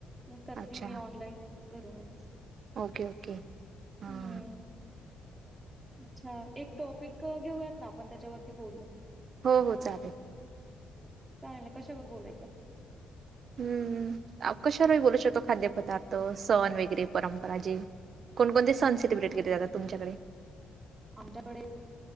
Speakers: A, on the right; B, on the right.
A: मी करते
B: अच्छा
A: मी ऑनलाईन घरूनच.
B: Okay okay. हां
A: हम्. अच्छा एक टॉपिक घेऊयात ना आपण त्याच्यावरती बोलूया.
B: हो हो चालेल.
A: काय ना कशावर‌ बोलायच?
B: हम्म. कशावर पण बोलू शकतो खाद्यपदार्थ सण वगैरे परंपरा जे कोणकणते सण
A: अच्छा
B: सलिब्रेट केले जात तुमच्याकडे.
A: आमच्याकडे